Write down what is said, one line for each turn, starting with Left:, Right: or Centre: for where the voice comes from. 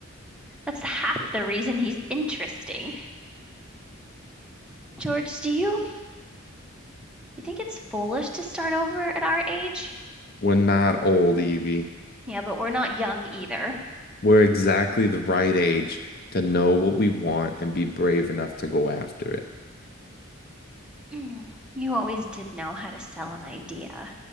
Centre: That's half the reason he's interesting. George, do you you think it's foolish to start over at our age?
Left: <laughs> we're not old, Evie.
Centre: Yeah, but we're not young either.
Left: We're exactly the right age to know what we want and be brave enough to go after it.
Centre: Hmm, You always did know how to sell an idea.